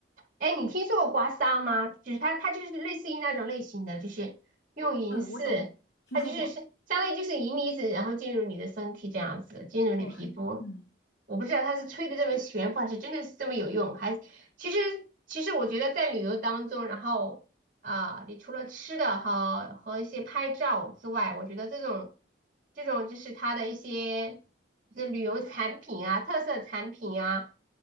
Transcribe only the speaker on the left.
嗯，我懂，听说过。
哦，还嗯